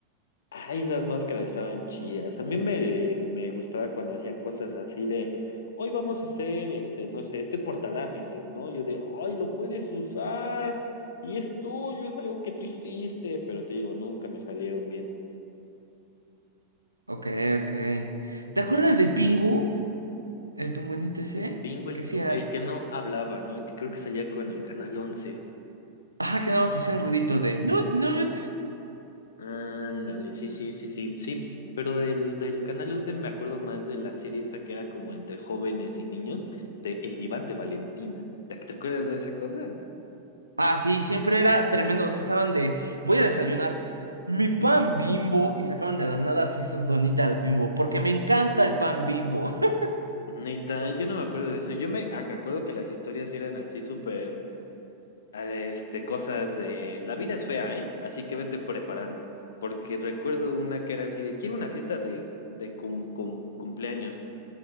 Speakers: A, on the left; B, on the right.
A: Ay, esas máscaras estaban chidas. A mí me, me gustaba cuando hacían cosas así de, hoy vamos a hacer este, no sé, este portalápices, ¿no? Yo de, ay, lo puedes usar y es tuyo, es algo que tú hiciste, pero te digo, nunca me salieron bien.
B: Ok, ok. ¿Te acuerdas de Pingu? El pingüinito ese
A: De Pingo el,
B: que hacía.
A: pi- el que no hablaba, ¿no? El que creo que salía con el Canal once
B: Ajá, que nada más hacía un ruidito de nut nut.
A: Ándale, sí, sí, sí, sí, sí, ps- pero del, del Canal once me acuerdo más de la serie esta que era como entre jóvenes y niños, de El Diván de Valentina. ¿Te, te acuerdas de esa cosa?
B: Ah, sí, siempre era tremendo. O sea, estaban de voy a desayunar mi pan Bimbo y sacaban de la nada así sus donitas Bimbo, porque me encanta el pan Bimbo. <laughs>
A: Neta, yo no me acuerdo de eso. Yo me ac- acuerdo que las historias eran así súper, eh, este, cosas de la vida es fea, ¿eh? Así que vete preparando, porque recuerdo una que era así de quiero una fiesta de, de cum- cum- cumpleaños